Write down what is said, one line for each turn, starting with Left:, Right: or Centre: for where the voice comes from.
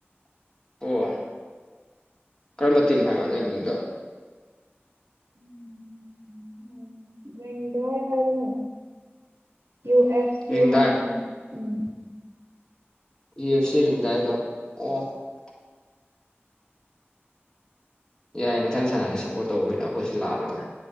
Left: ꯑꯣ ꯀꯔꯝꯕ ꯇꯤꯝ ꯍꯥꯏꯕ ꯅꯣꯏ ꯃꯤꯡꯗꯣ
Right: <unintelligible> ꯍꯥꯏꯕꯅꯦ ꯌꯨ ꯑꯦꯁ ꯇꯤ
Left: ꯔꯤꯡꯗꯥꯏ
Right: ꯍꯥꯏꯕ ꯒꯨꯝ
Left: <unintelligible> ꯌꯥꯏ ꯃꯊꯪ ꯁꯥꯟꯅꯁ ꯁꯞꯄꯣꯔꯠ ꯇꯧꯕꯅ ꯑꯩꯈꯣꯏꯁꯨ ꯂꯥꯛꯗꯧꯅꯦ